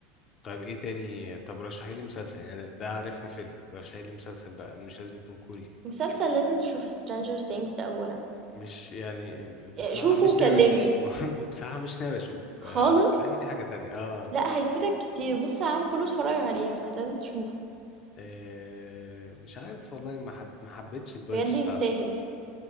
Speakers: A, on the left; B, on the right.
A: طيب ايه تاني طب رشحي لي مسلسل يعني ده, ده عرفنا فيلم رشحي لي مسلسل بقى مش لازم يكون كوري
B: مسلسل لازم تشوف Stranger Things ده أولا
A: مش يعني
B: آه،
A: بصراحة
B: شوفه
A: مش
B: وكلمني
A: ناوي اشوفه <laughs> بصراحة مش ناوي اشوفه فاقترحي
B: خالص
A: لي حاجة تانية اه
B: لا هيفوتك كتير بص على العالم كله اتفرج عليه فانت لازم تشوفه
A: آه، مش عارف والله ما حب... ما حبيتش الفايبس
B: بجد يستاهل
A: بتاعته